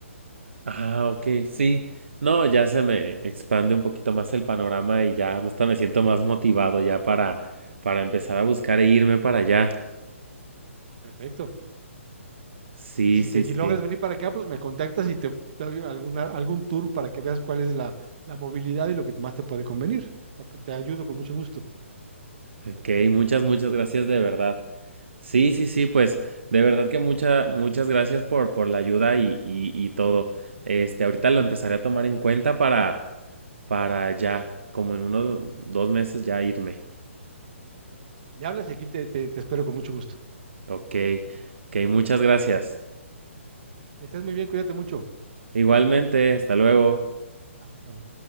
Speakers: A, on the right (about 60°); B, on the right (about 40°).
A: Ah, ok, sí. No, ya se me expande un poquito más el panorama y ya hasta me siento más motivado ya para, para empezar a buscar e irme para allá.
B: Perfecto.
A: Sí,
B: Y si
A: sí,
B: te
A: sí.
B: logras venir para acá, pues me contactas y te doy alguna, algún tour para que veas cuál es la, la movilidad y lo que más te puede convenir. Te, te ayudo con mucho gusto.
A: Ok, muchas, muchas gracias de verdad. Sí, sí, sí, pues de verdad que muchas, muchas gracias por, por la ayuda y, y, y todo. Este, ahorita lo empezaré a tomar en cuenta para, para ya, como en unos dos meses ya irme.
B: Me hablas y aquí te, te, te espero con mucho gusto.
A: Ok, ok, muchas gracias.
B: Que estés muy bien, cuídate mucho.
A: Igualmente, hasta luego.
B: Hasta luego.